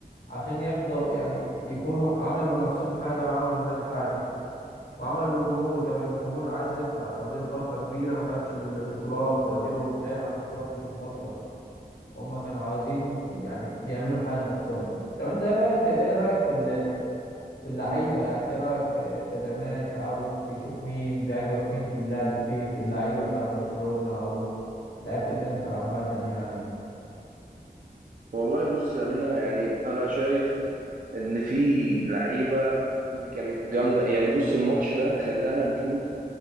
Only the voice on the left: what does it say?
عشان يبدأوا يعني يكونوا عملوا لنفسهم حاجة وعملوا للنادي حاجة وعملوا للجمهور كمان الجمهور عايز يفرح واديله فترة كبيرة ما خدش البطولات واديله غاب عن البطولات اديله فترة هم كانوا عاوزين يعني يعملوا حاجة لنفسهم يعني طب انت ايه رأيك ايه رأيك في ال في اللعيبة يعني ايه رأيك آه، تدعيمات عاوز تشوف مين بيعجبك مين في اللعب في في اللعيبة بتاعت برشلونة او لعيبة الانتر عامة يعني